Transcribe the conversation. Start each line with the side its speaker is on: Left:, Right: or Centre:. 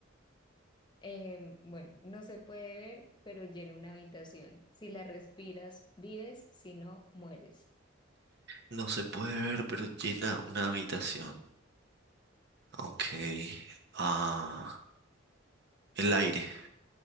Left: Em, bueno, no se puede ver, pero llena una habitación. Si la respiras, vives, si no, mueres.
Right: No se puede ver, pero llena una habitación. Ok. Ah, el aire.